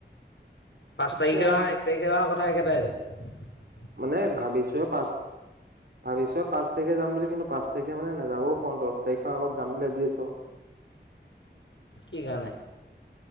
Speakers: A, on the left (about 80°); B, on the right (about 60°).
A: পাঁচ
B: এতিয়া
A: তাৰিখে অহা-এক তাৰিখে অহা -কথা একেইটাই দে
B: মানে ভাবিছোয়ে পাঁচ ভাবিছোয়ে পাঁচ তাৰিখে যাম বুলি কিন্তু পাঁচ তাৰিকে মানে নাযাবও পাৰো দহ তাৰিখৰ আগত যাম বুলি ভাবি আছোঁ।
A: কি কাৰণে?